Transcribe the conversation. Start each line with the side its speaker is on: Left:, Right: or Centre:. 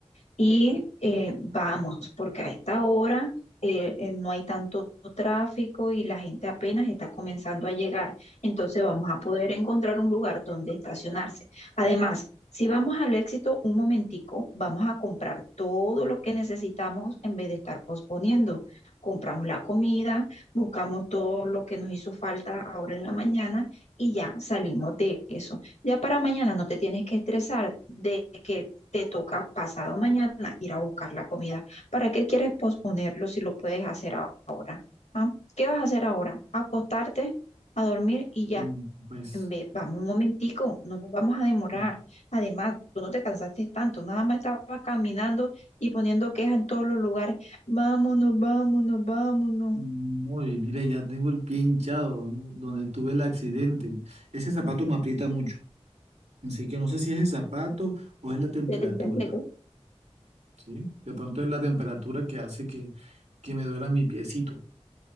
Left: y eh, vamos, porque a esta hora eh, eh, no hay tanto tráfico y la gente apenas está comenzando a llegar. Entonces vamos a poder encontrar un lugar donde estacionarse. Además, si vamos al éxito un momentico, vamos a comprar todo lo que necesitamos en vez de estar posponiendo. Compramos la comida, buscamos todo lo que nos hizo falta ahora en la mañana y ya salimos de eso. Ya para mañana no te tienes que estresar de que te toca pasado mañana ir a buscar la comida. ¿Para qué quieres posponerlo si lo puedes hacer ahora? ¿Ah? ¿Qué vas a hacer ahora? Acostarte, a dormir y ya.
Right: Mm, Pues,
Left: Ve, vamos un momentico, no nos vamos a demorar.
Right: mm,
Left: Además, tú no te cansaste tanto, nada más estabas caminando y poniendo quejas en todos los lugares. Vámonos, vámonos, vámonos.
Right: mm, oye, mira, ya tengo el pie hinchado donde tuve el accidente. Ese zapato me aprieta mucho. Así que no sé si es el zapato o es la temperatura,
Left: Vete en chancletas.
Right: ¿sí? De pronto es la temperatura que hace que, que me duela mi piecito.